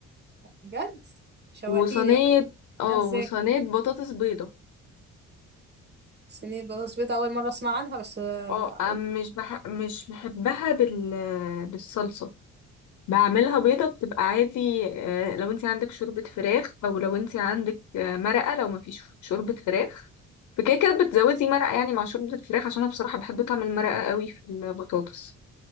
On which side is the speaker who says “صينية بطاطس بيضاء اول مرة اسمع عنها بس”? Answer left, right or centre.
Right